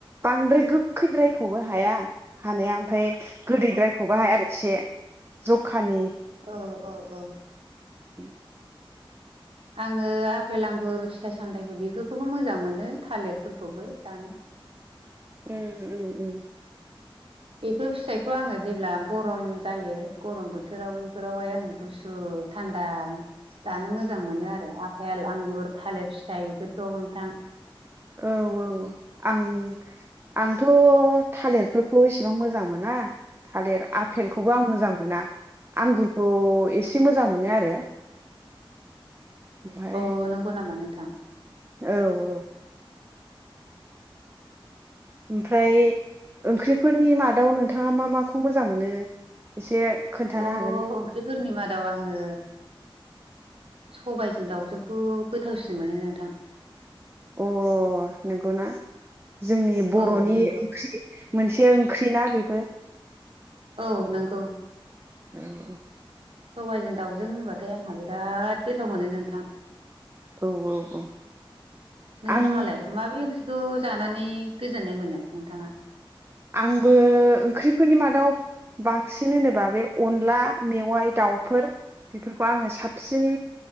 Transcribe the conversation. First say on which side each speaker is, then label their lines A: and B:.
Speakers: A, on the right; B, on the right.
A: बांद्राय गोखैद्रायखौबो हाया हानाया ओमफ्राय गोदैद्रायखौ
B: अ
A: हाया आरो एसे जखानि
B: औ औ औ।
A: उम
B: आङो आफेल आंगुर फिथाइ सामथायाइबो बेफोरखौबो मोजां मोनो थालिरफोरखौबो जानो <inaudible>
A: उम उम उम।
B: बेफोर फिथाइखौ आङो जेब्ला गरम जायो गरम बोथोराव बेफोरावहाय आङो गुसु गुसु थान्दा जानो मोजां मोनो आरो आफेल आंगुर थालिर फिथाइ बेफोरखौ नोंथां।
A: औ औ आं आंथ' थालिरफोरखौ इसेबां मोजां मोना। थालिर आफेलखौबो आं मोजां मोना आंगुरखौ एसे मोजां मोनो आरो। ओमफ्राय
B: अ नंगौ नामा नोंथां।
A: औ औ। ओमफ्राय ओंख्रिफोरनि मादाव नोंथाङा मा माखौ मोजां मोनो एसे खोन्थानो
B: अ
A: हागोन
B: ओंख्रिफोरनि मादाव आङो सबायजों दाउजोंखौ गोथावसिन मोनो नोंथां।
A: अ नंगौना जोंनि बर'नि
B: औ नंगौ
A: ओंख्रि मोनसे ख्रिना बेबो।
B: औ नंगौ।
A: औ औ
B: <inaudible> नोंथाङालाय
A: औ औ आं
B: माबे ओंख्रिखौ जानानै गोजोननाय मोनो नोंथाङा
A: आंबो ओंख्रिफोरनि मादाव बांसिन होनोबा बे अनला मेवाइ दाउफोर बेफोरखौ आङो साबसिन